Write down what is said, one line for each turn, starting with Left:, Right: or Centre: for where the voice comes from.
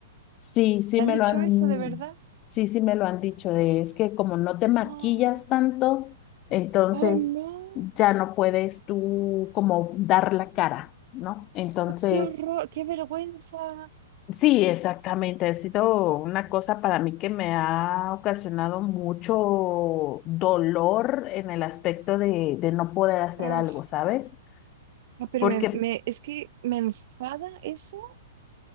Left: sí, sí
Right: ¿Te han
Left: me
Right: dicho
Left: lo han,
Right: eso de verdad?
Left: sí, sí me lo han dicho de, es que como no te maquillas
Right: No.
Left: tanto, entonces
Right: Oh, no.
Left: ya no puedes tú como dar la cara, ¿no? Entonces...
Right: Oh, qué horror, qué vergüenza.
Left: Sí, exactamente. Ha sido una cosa para mí que me ha ocasionado mucho dolor en el aspecto de, de no poder hacer
Right: Oh,
Left: algo, ¿sabes?
Right: no, pero
Left: Porque,
Right: me, me- es que me enfada eso.